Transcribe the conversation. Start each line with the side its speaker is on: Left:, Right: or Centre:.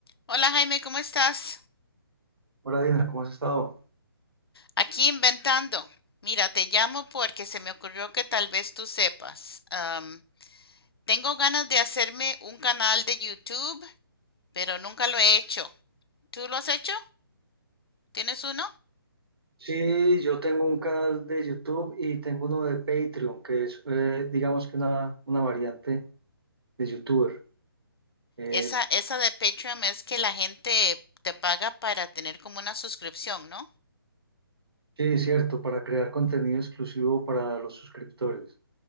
Left: Hola Jaime, ¿cómo estás?
Right: Hola Dina, ¿cómo has estado?
Left: Aquí inventando. Mira, te llamo porque se me ocurrió que tal vez tú sepas. Am, tengo ganas de hacerme un canal de YouTube, pero nunca lo he hecho. ¿Tú lo has hecho? ¿Tienes uno?
Right: Sí, yo tengo un canal de YouTube y tengo uno de Patreon, que es, eh, digamos que una, una variante de YouTuber. Eh,
Left: Esa, esa de Patreon es que la gente te paga para tener como una suscripción, ¿no?
Right: sí, cierto, para crear contenido exclusivo para los suscriptores.